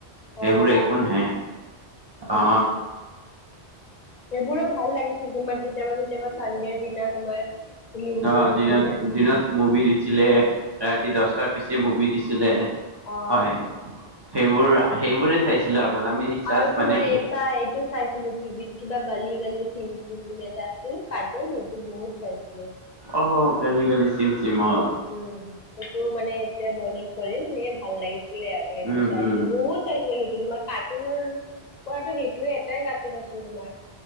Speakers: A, on the right (about 40°); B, on the left (about 55°).
A: সেইবোৰ
B: অ
A: একো
B: অ
A: নাহে অ
B: উম সেইবোৰো ভাল লাগিছিল তোমাৰ কেতিয়াবা কেতিয়াবা চানডেৰ দিনা তোমাৰ ফিল্মবোৰ
A: অ
B: দিছিলে
A: দিনত দিনত মুভি দিছিলে ৰাতি দহটাৰ পিছে মুভি দিছিলে
B: অঁ
A: হয় সেইবোৰ সেইবোৰে চাইছিলো আগত আমি ৰিচাৰ্জ
B: আৰু তোমাৰ
A: মানে কি
B: এটা এইটো চাইছিলো টিভিত কিবা গালি গালি চিম চিম বুলি এটা আছিল কাৰ্টুন সেইটো বহুত চাইছিলো
A: অঁ গালি গালি ছিম চিম অঁ
B: উম সেইটো মানে এতিয়া মনত পৰিল সেইটো ভাল লাগিছিলে আৰু সেইটো
A: উম
B: চাইছিলো
A: উম
B: বহুত চাইছিল সেইটো তোমাৰ কাৰ্টুনৰ পৰাটো সেইটোয়ে এটাই কাৰ্টুন আছিল তোমাৰ